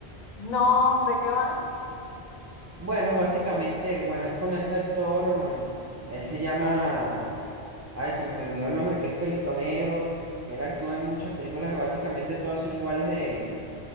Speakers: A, on the left; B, on the right.
A: No, ¿de qué van?
B: Bueno, básicamente, bueno, es con este actor, mm, él se llama, ay, se me olvidó el nombre, que es Pelito Negro, que él actúa en muchas películas que básicamente todas son iguales de,